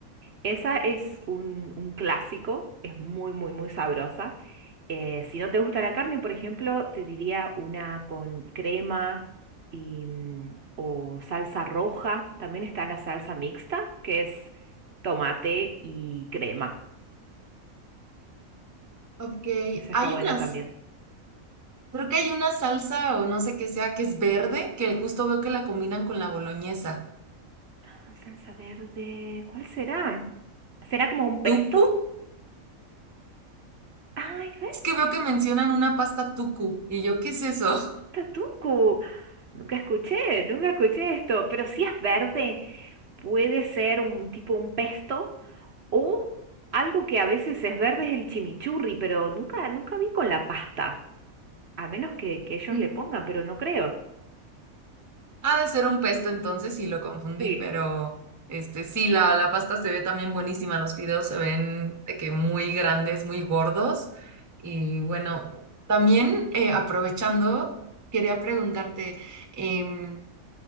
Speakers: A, on the right; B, on the right.
A: Esa es un, un clásico, es muy, muy, muy sabrosa. Eh, si no te gusta la carne, por ejemplo, te diría una con crema y, mm, o salsa roja. También está la salsa mixta, que es tomate y crema.
B: Ok,
A: Esa
B: hay
A: está buena
B: unas.
A: también.
B: Creo que hay una salsa o no sé qué sea que es verde, que justo veo que la combinan con la boloñesa.
A: Ah, Salsa verde, ¿cuál será? ¿Será como un pesto?
B: ¿Tucu?
A: Ay,
B: Es que veo que mencionan una pasta tucu. Y yo, ¿qué es eso?
A: Tatuco. Nunca escuché, nunca escuché esto, pero si es verde, puede ser un tipo un pesto o algo que a veces es verde es el chimichurri, pero nunca, nunca vi con la pasta, a menos que, que ellos
B: <laughs>
A: le pongan, pero no creo.
B: Ha de ser un pesto entonces y lo confundí,
A: Sí.
B: pero este sí, la, la pasta se ve también buenísima. Los fideos se ven de que muy grandes, muy gordos. Y bueno, también eh, aprovechando, quería preguntarte, em,